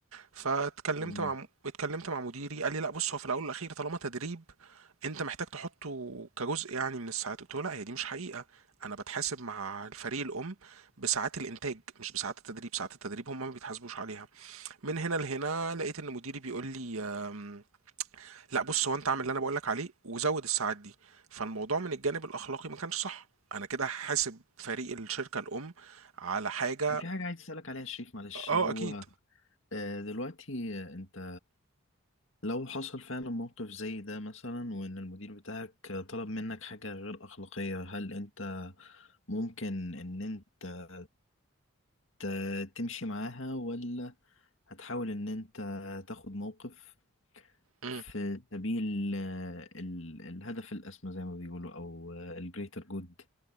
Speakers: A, on the right; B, on the left.
A: فاتكلمت
B: طبيعي
A: مع اتكلمت مع مديري قال لي لا بص هو في الاول والاخير طالما تدريب انت محتاج تحطه كجزء يعني من الساعات قلت له لا هي دي مش حقيقه انا بتحاسب مع الفريق الام بساعات الانتاج مش بساعات التدريب ساعات التدريب هم ما بيتحاسبوش عليها من هنا لهنا لقيت ان مديري بيقول لي آم، لا بص هو انت اعمل اللي انا بقول لك عليه وزود الساعات دي فالموضوع من الجانب الاخلاقي ما كانش صح انا كده هحاسب فريق الشركه الام على حاجه
B: في حاجة عايز أسألك عليها يا شريف معلش
A: اه
B: هو
A: اكيد
B: آه، دلوقتي آه، أنت لو حصل فعلا موقف زي ده مثلا وإن المدير بتاعك آه، طلب منك حاجة غير أخلاقية هل أنت ممكن إن أنت ت- تمشي معاها ولا هتحاول إن أنت تاخد موقف
A: مم.
B: في سبيل آه، ال- الهدف الأسمى زي ما بيقولوا أو الجريتر جود